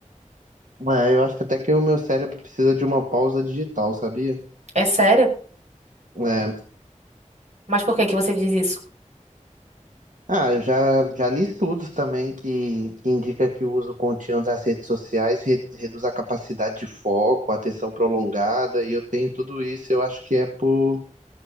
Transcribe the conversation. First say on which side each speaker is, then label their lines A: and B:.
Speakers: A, on the right; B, on the right.
A: É, eu acho que até que o meu cérebro precisa de uma pausa digital, sabia?
B: É sério?
A: É.
B: Mas por que que você diz isso?
A: Ah, eu já, já li estudos também que, que indica que o uso contínuo das redes sociais re- reduz a capacidade de foco, a atenção prolongada, e eu tenho tudo isso, eu acho que é por,